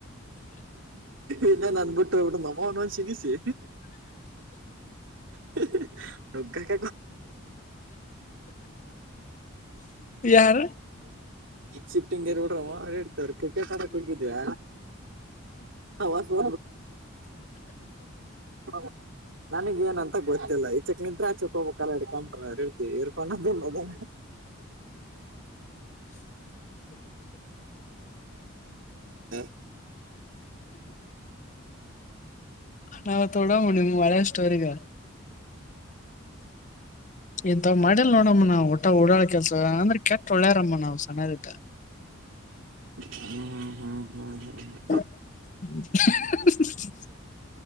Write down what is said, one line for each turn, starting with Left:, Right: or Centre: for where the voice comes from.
Right: ಇನ್ನನ್ ಅನ್ಬಿಟ್ಟು ಇಡ ನಮ್ಮನ್ ಒನ್ ಶಗಿಸಿ <unintelligible> <unintelligible> ಕಳರು
Left: ಯಾರು
Right: ಶಿಫ್ಟಿಂಗ್ಗೆರ್ ಬಿಟ್ಟವ ಸರ್ ಕ್ರಿಕೆಟ್ ಆಡೋಕೆ ಹೋಗಿದ್ಯಾ ಅವತ್ತು <unintelligible> ನನಗ ಏನಂತ ಗೊತ್ತಿಲ್ಲ ಈಚಕ್ ತಿಂತ್ರೆ ಆಚಾಕ್ ಹೋಗ್ಬೇಕ ಇಡ್ಕೊಂ ಬ್ರೋ <unintelligible> <unintelligible>
Left: ನಾವು ತೋಡಳೋಣ ನಿಮ್ಮ ಹಳೆ ಸ್ಟೋರಿಗ. ಇಂಥವ್ ಮಾಡಲ್ ನೋಡಮ್ಮ ನಾವ್ ಊಟ ಓಡಾಡ್ ಕೆಲ್ಸ ಅಂದ್ರೆ ಕೆಟ್ಟ ಒಳ್ಳ್ಯಾರಮ್ಮ ನಾವ್ ಕೆಟ್ಟ ಒಳ್ಳೆಯವರಮ್ಮ ಸಮಾಜಕ್ಕ.
Right: <unintelligible>
Left: <inaudible>